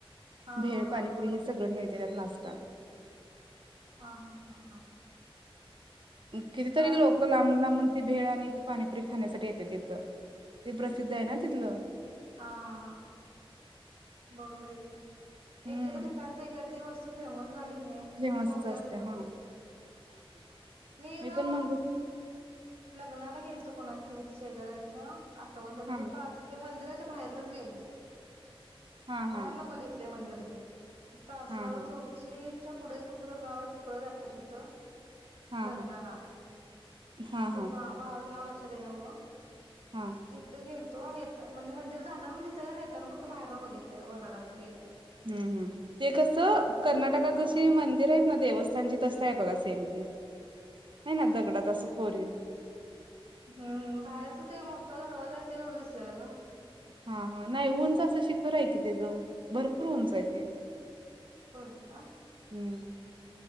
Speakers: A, on the right; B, on the right.
A: हा
B: भेळ
A: हा हा
B: पाणीपुरी हे सगळं मिळते त्यात नाश्ता.
A: ह हा हा हा
B: कितीतरी
A: तास
B: लोक लामलामून भेळ आणि ते पाणीपुरी खाण्यासाठी येते तिथं ते प्रसिद्ध आहे ना तिथलं
A: हा हा हा बरोबर येथ
B: हम्म
A: एकदा त्या ठिकाणी एखादी वस्तू फेमस झाली. हो नयेजे
B: फेमसच
A: होत
B: असते
A: सग
B: हा
A: मी एदा
B: पण म्हणतो
A: लग्नाला गेल तो कोणाच्या शेजार्यांच्या आठवण झाली
B: हा
A: पण त आज ते मंदिरा बाहेरनच गेल तू
B: हा हा
A: बाहेरन बघितले मंदिरचे तासगाव
B: हा हा
A: तुर्चीच्या पुढे कुठलं तर गाव आहे तिकड जायच होतं.
B: हा
A: लग्नाला
B: हा हा
A: ते नाव आज नाव लक्षात ये नां बघ
B: हा
A: तिथं गेल तो येत म्हणजे मंदिर जाता मग नेताना फत बाहेरन बघितलेलं व व्हराडातन गेल्यावर
B: हम्म ह ते कसं
A: अच्छा.
B: कर्नाटकात
A: हा
B: जशी मंदिर येत. ना देवस्थानची तसत आहे बघा सेम ते नाही ना दगडात असं कोरीव
A: हम्म बाहेरच ते मोठा दरवाजा आहे ते एवढं दिसलेला ग
B: हा हा नाही उंच असं शिखर आहे कि, ते जव भरपूर उंच आहे ते
A: होय का?
B: हम्म